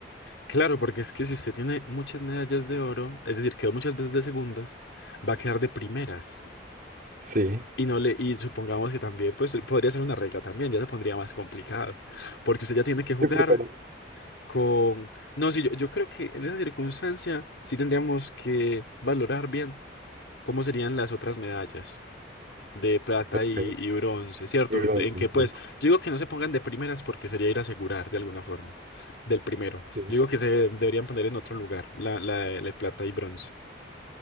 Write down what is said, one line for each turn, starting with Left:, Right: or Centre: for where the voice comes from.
Left: Claro, porque es que si usted tiene muchas medallas de oro, es decir, quedó muchas veces de segundas, va a quedar de primeras.
Right: Sí.
Left: Y no le, y supongamos que también, pues podría ser una regla también, ya se pondría más complicado. Porque usted ya tiene que jugar
Right: Sí, por cada.
Left: con. No, sí, yo, yo creo que en esa circunstancia sí tendríamos que valorar bien cómo serían las otras medallas de plata
Right: ok,
Left: y, y bronce, ¿cierto?
Right: y bronce,
Left: En que
Right: sí.
Left: pues, yo digo que no se pongan de primeras porque sería ir a asegurar de alguna forma, del primero.
Right: Sí,
Left: Yo digo que se deberían poner en otro lugar, la, la, de- la de plata y bronce,